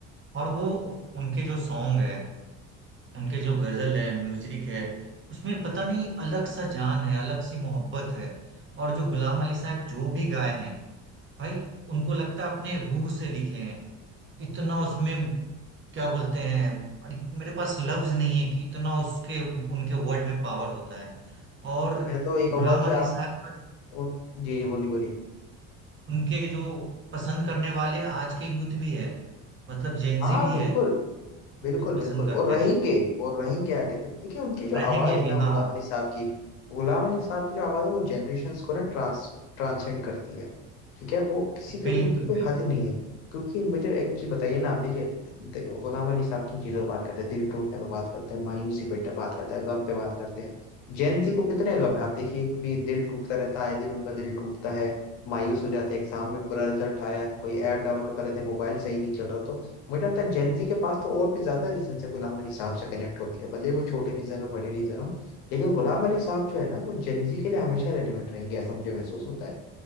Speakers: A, on the right; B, on the left.
A: और वो उनके जो सॉन्ग है उनके जो गजल है म्यूजिक है
B: जी
A: उसमें पता नहीं अलग सा जान है अलग सी मोहब्बत है और जो गुलाम अली साहब जो भी गाए हैं भाई उनको लगता है अपने रूह से लिखे हैं इतना उसमें क्या बोलते हैं अरे मेरे पास लफ्ज नहीं है कि इतना उसके उनके वर्ड में पावर होता है और
B: मैं तो ये कहूंगा
A: गुलाम
B: कि
A: अली
B: आप
A: साहब का
B: उन- जी जी बोली बोली
A: उनके जो पसंद करने वाले आज के यूथ भी है मतलब जेनजी
B: हाँ
A: भी
B: बिल्कुल
A: है
B: बिल्कुल
A: बहुत पसंद
B: बिल्कुल
A: करते
B: और रहेंगे
A: हैं
B: और रहेंगे आगे तक देखिए उनकी जो आवाज
A: रहेंगे भी
B: है ना गुलाम
A: हाँ
B: अली साहब की गुलाम अली साहब की जो आवाज है वो जनरेशन्स को ना ट्रांस ट्रांसेंड करती है ठीक है वो किसी के
A: बिल्कुल
B: उनकी कोई
A: बिल्कुल
B: हद नहीं है क्योंकि मुझे एक चीज बताइए ना आप देखिए देखो, गुलाम अली साहब किन चीजों पर बात करते हैं दिल टूटने पर बात करते हैं मायूसी पे बात करते हैं गम पे बात करते हैं जेन जी को कितने गम है आप देखिए कभी दिल टूटता रहता है आए दिन उनका दिल टूटता है मायूस हो जाते हैं एग्जाम में बुरा रिजल्ट आया कोई ऐप डाउनलोड कर रहे थे मोबाइल सही नहीं चल रहा तो मुझे लगता है जेनजी के पास तो और भी ज्यादा रीजन है गुलाम अली साहब से कनेक्ट होने के भले वो छोटे रीजन हो बड़े रीजन हो लेकिन गुलाम अली साहब जो है ना वो जेनजी के लिए हमेशा रेलिवेंट रहेंगे ऐसा मुझे महसूस होता है